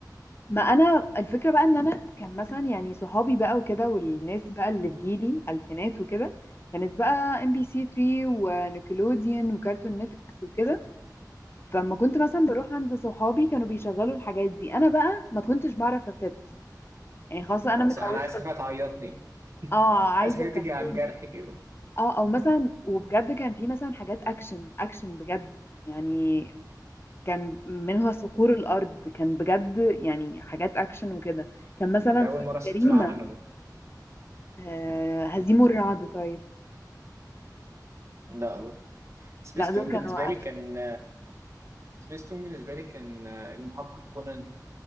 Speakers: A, on the left; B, on the right.
A: انا الفكره بقى ان انا كان مثلا يعني صحابي بقى وكده والناس بقى اللي في جيلي الفينات وكده كانت بقى ام بي سي 3 ونيكلوديان وكارتون نتورك وكده فلما كنت مثلا بروح عند صحابي كانوا بيشغلوا الحاجات دي انا بقى ما كنتش بعرف افت يعني خلاص انا
B: انا
A: متعوده
B: أص- أنا عايز حاجه تعيطني
A: اه عايزه
B: عايز حاجه تيجي
A: كرتون
B: على الجرح كده
A: اه او مثلا وبجد كان في مثلا حاجات اكشن اكشن بجد يعني كان منها صقور الارض كان بجد يعني حاجات اكشن وكده كان مثلا
B: يعني ده اول
A: في
B: مره اسمع
A: جريمة
B: عنه ده
A: آه، هزيم الرعد طيب
B: لا برضه سبيس
A: لا دول
B: تون
A: كانوا
B: بالنسبه لي
A: أكشن
B: كان سبيس تون بالنسبه لي كان آه، المحقق كونان